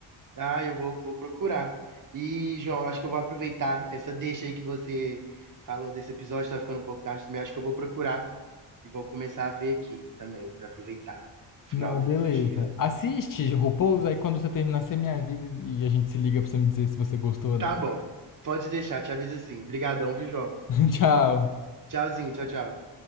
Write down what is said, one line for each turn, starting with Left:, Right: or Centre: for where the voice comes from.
Right: Ah, eu vou, vou procurar. E, João, acho que eu vou aproveitar essa deixa aí que você falou desse episódio, tá ficando um pouco tarde também. Acho que eu vou procurar e vou começar a ver aqui também, pra aproveitar o final
Left: Não, beleza.
Right: do, do dia.
Left: Assiste RuPaul's, aí quando você terminar, você me avisa e a gente se liga pra você me dizer se você gostou ou
Right: Tá
Left: não.
Right: bom, pode deixar, te aviso assim. Obrigadão, viu, João?
Left: <laughs> Tchau.
Right: Tchauzinho, tchau, tchau.